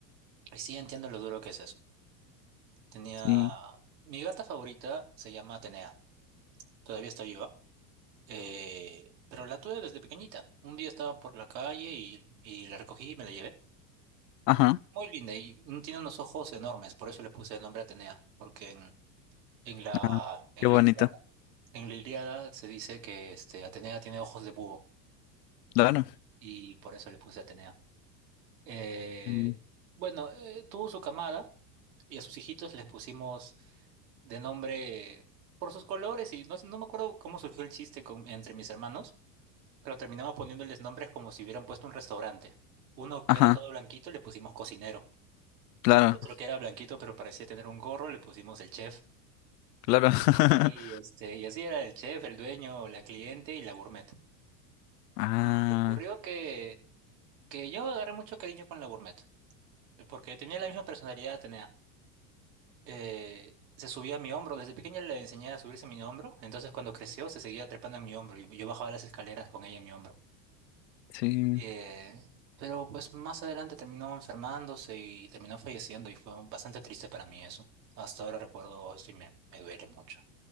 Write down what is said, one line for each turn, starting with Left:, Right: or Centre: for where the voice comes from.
Right: y sí entiendo lo duro que es eso. Tenía...
Left: sí
Right: Mi gata favorita se llama Atenea. Todavía está viva. Eh, pero la tuve desde pequeñita. Un día estaba por la calle y, y la recogí y me la llevé.
Left: Ajá,
Right: Muy linda y mm, tiene unos ojos enormes, por eso le puse el nombre Atenea, porque en, en la,
Left: ajá,
Right: en
Left: qué bonito.
Right: la Ilíada, en la Ilíada se dice que este, Atenea tiene ojos de búho
Left: Claro.
Right: y por eso le puse Atenea. Eh,
Left: Mm,
Right: bueno, eh, tuvo su camada y a sus hijitos les pusimos de nombre por sus colores y no, no me acuerdo cómo surgió el chiste con- entre mis hermanos, pero terminamos poniéndoles nombres como si hubieran puesto un restaurante. Uno que
Left: Ajá,
Right: era todo blanquito le pusimos cocinero.
Left: claro,
Right: Otro que era blanquito pero parecía tener un gorro, le pusimos el chef.
Left: claro. <laughs>
Right: Y, este, y así era el chef, el dueño, la cliente y la gourmet.
Left: Ah,
Right: Y ocurrió que, que yo agarré mucho cariño con la gourmet, porque tenía la misma personalidad, tenía. Eh, se subía a mi hombro, desde pequeña le enseñé a subirse a mi hombro, entonces cuando creció se seguía trepando en mi hombro y yo bajaba las escaleras con ella en mi hombro.
Left: sí.
Right: Eh, pero pues más adelante terminó enfermándose y terminó falleciendo y fue bastante triste para mí eso. Hasta ahora recuerdo eso y me, me duele mucho.